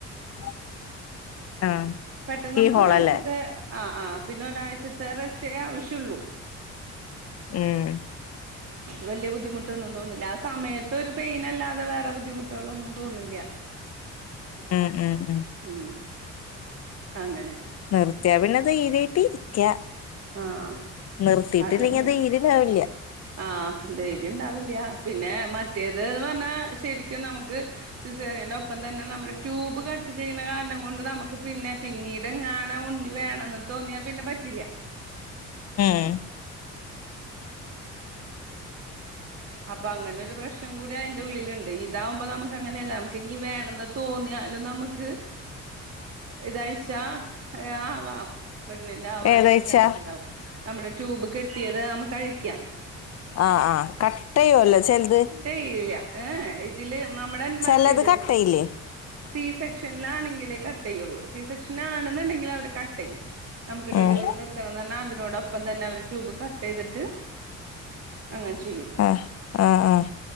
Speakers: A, on the left; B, on the right.
A: <inaudible>
B: പെട്ടെന്ന
A: കീ
B: മ്മുക്കൊരാഴ്ച്ചത്തെ
A: ഹോളല്ലേ
B: ആഹ് ആഹ് പിന്നെഒരാഴ്ചത്തെറെസ്റ്റ്ക്കെ ആവ്ശ്യോള്ളൂ
A: ഉംഹ്
B: വെല്ല്യബുദ്ധിമുട്ടൊന്നും തോന്ന്ല്ല ആ സമയത്തൊരുവ പെയിനല്ലാതെ വേറെബുദ്ധിമുട്ടുകളൊന്നും തോന്നൂല്ല്യ
A: ഉം ഉം ഉം
B: ഉം അങ്ങനെ
A: നിർത്തിയാപിന്നെ ദൈരീയ്ട്ട് രിക്ക്യ
B: ആഹ്
A: നിർത്തിട്ടില്ലെങ്കിഅത്
B: അതാണ്
A: ണ്ടവില്ല്യ
B: ആഹ് ധൈര്യംണ്ടാവില്ല്യ പിന്നെ മറ്റേത് ന്ന്റഞ്ഞാ ശരിക്കുംനമുക്ക് സിസേറിയെന്റൊപ്പംതന്നെ നമ്മ്ടെട്യൂബ്കട്ട് ചെയ്യ്ണ കാരണംകൊണ്ട് നമുക്ക്പിന്നെ പിന്നീ <unintelligible> ഉണ്ണിവേണന്ന് തോന്നിയാപിന്നെ പറ്റില്ല്യ
A: ആഹ്
B: അപ്പൊങ്ങനൊരു പ്രശ്നംകൂടി അയിന്റെഉള്ളില്ണ്ട് ഇ ഇതാവുമ്പോ നമ്മ്ക്ക് അങ്ങനെയല്ല നമ്മ്ക്ക് ഇഞ്ഞി വേണന്ന് തോന്നിയാലും നമ്മ്ക്ക് ഇതഴ്ച ഹ് ആവാം പ്രഗ്ന്ന്റേവാനുള്ള
A: ഏതാഴ്ച്ച
B: ചാൻസ്ണ്ടാവും നമ്മ്ടെ ട്യൂബ് കെട്ടിയത് നമ്മുക്ക്ഴിക്കാം
A: ആഹ് ആഹ് കട്ടയ്യൊലോ ചെൽത്
B: ചെയ്യ്ല ഏഹെ ഇതില് നമ്മ്ടെമറ്റേത്
A: ചെലത് കട്ടയില്ലേ
B: സി സെക്ഷൻലാണെങ്കിലേ കട്ടെയ്യൊള്ളൂ സി സെക്ഷൻ ആണ്ന്ന്ണ്ടെങ്കിലവര് കട്ട്യ്യും നമ്മ്ക്ക്ഡെലിവറി
A: ഉം
B: നിർ <unintelligible> അതിനോടൊപ്പംതന്നെ അവര് ട്യൂബ് കട്ട്യ്തിട്ട് അങ്ങനെചെയ്യും
A: അഹ് ആഹ് ആഹ്